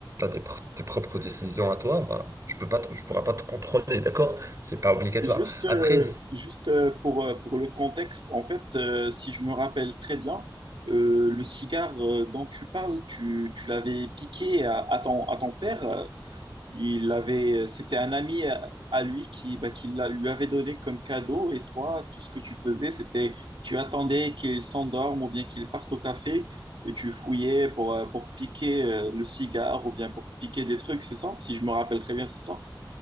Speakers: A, on the right; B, on the right.
A: des pr- tes propres décisions à toi, bah, je peux pas te- je pourrais pas te contrôler, d'accord? C'est pas obligatoire.
B: Juste, euh,
A: Après, z-
B: juste euh, pour, euh, pour le contexte, en fait, euh, si je me rappelle très bien, euh, le cigare euh, dont tu parles, tu, tu l'avais piqué à, à ton, à ton père. euh, Il avait, euh, c'était un ami à, à lui qui, bah, qui l'a- lui avait donné comme cadeau. Et toi, tout ce que tu faisais, c'était tu attendais qu'il s'endorme ou bien qu'il parte au café et tu fouillais pour, euh, pour piquer euh, le cigare ou bien pour piquer des trucs, c'est ça? Si je me rappelle très bien, c'est ça?